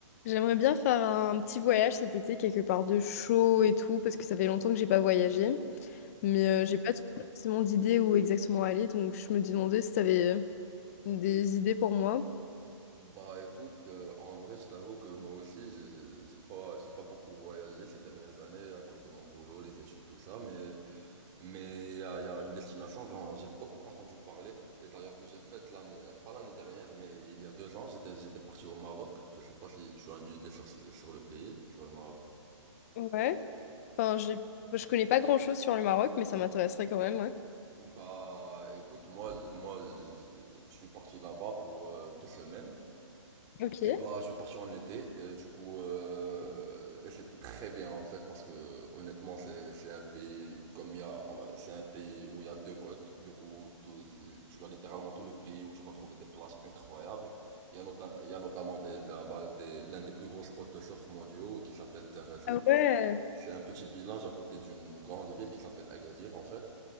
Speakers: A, on the left; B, on the right.
A: J'aimerais bien faire un petit voyage cet été, quelque part de chaud et tout, parce que ça fait longtemps que j'ai pas voyagé. Mais
B: Ok.
A: euh, j'ai pas trop forcément d'idées où exactement aller, donc je me demandais si t'avais euh, des idées pour moi.
B: Bah écoute, euh, en vrai, je t'avoue que moi aussi, j'ai j'ai pas, j'ai pas beaucoup voyagé ces dernières années à cause de mon boulot, les études, tout ça, mais mais il y a, il y a une destination dont j'ai beaucoup entendu parler, et d'ailleurs que j'ai faite l'année, euh, pas l'année dernière, mais il y a deux ans, j'étais j'étais parti au Maroc. Je sais pas si tu as une idée sur, ce- sur le pays, sur le Maroc.
A: Ouais. Enfin, j'ai... enfin, je connais pas grand-chose sur le Maroc, mais ça m'intéresserait quand même, ouais.
B: Bah écoute, moi, moi, je je suis parti là-bas pour euh, deux semaines.
A: Ok.
B: Et bah, je suis parti en été, et du coup, euh, et c'était très bien en fait, parce que honnêtement, c'est c'est un pays comme il y a, c'est un pays où il y a deux côtes. Du coup, tout- tu as littéralement tout le pays où tu vas trouver des plages incroyables. Il y a, nota- il y a notamment des, des- là-bas des- l'un des plus gros spots de surf mondiaux qui s'appelle Terre
A: Ah ouais.
B: C'est un petit village à côté d'une grande ville qui s'appelle Agadir en fait.